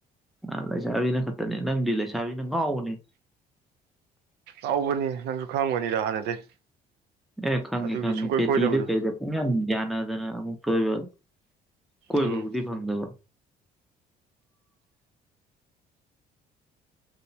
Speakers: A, in the centre; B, on the right (about 75°).
A: ꯑ ꯂꯩꯁꯥꯕꯤꯅ ꯈꯛꯇꯅꯦ ꯅꯪꯗꯤ ꯂꯩꯁꯥꯕꯤꯅ ꯉꯥꯎꯕꯅꯦ
B: ꯍꯥꯎꯕꯅꯤ ꯅꯪꯁꯨ ꯈꯪꯕꯅꯤꯗ ꯍꯥꯟꯅꯗꯩ
A: ꯑꯦ ꯈꯪꯉꯤ
B: ꯑꯗꯨꯒꯤ
A: ꯈꯪꯉꯤ
B: ꯁꯨꯡꯀꯣꯏ
A: ꯄꯦꯇꯤ
B: ꯀꯣꯏꯗꯕꯗꯣ
A: ꯗ ꯀꯩꯗ ꯗꯅ ꯑꯃꯛ ꯇꯕ ꯀꯣꯏꯕꯕꯨꯗꯤ
B: ꯎꯝ
A: ꯐꯪꯗꯕ